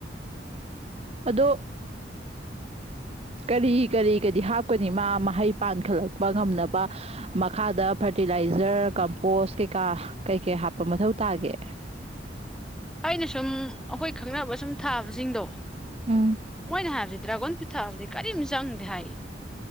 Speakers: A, on the right; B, in the centre.
A: ꯑꯗꯣ ꯀꯔꯤ ꯀꯔꯤ ꯒꯗꯤ ꯍꯥꯞꯀꯅꯤ ꯃꯥ ꯃꯍꯩ ꯄꯥꯟꯈꯠꯂꯛꯄ ꯉꯝꯅꯕ ꯃꯈꯥꯗ ꯐꯔꯇꯤꯂꯥꯏꯖꯔ ꯀꯝꯄꯣꯁ ꯀꯩꯀꯥ ꯀꯩ ꯀꯩ ꯍꯥꯞꯄ ꯃꯊꯧ ꯇꯥꯒꯦ
B: ꯑꯩꯅ ꯁꯨꯝ ꯑꯩꯈꯣꯏ ꯈꯪꯅꯕ ꯁꯨꯝ ꯊꯥꯕꯁꯤꯡꯗꯣ
A: ꯎꯝ
B: ꯃꯣꯏꯅ ꯍꯥꯏꯕꯁꯦ ꯗ꯭ꯔꯥꯒꯣꯟ ꯐ ꯊꯥꯕꯗꯤ ꯀꯔꯤꯝ ꯆꯪꯗꯦ ꯍꯥꯏ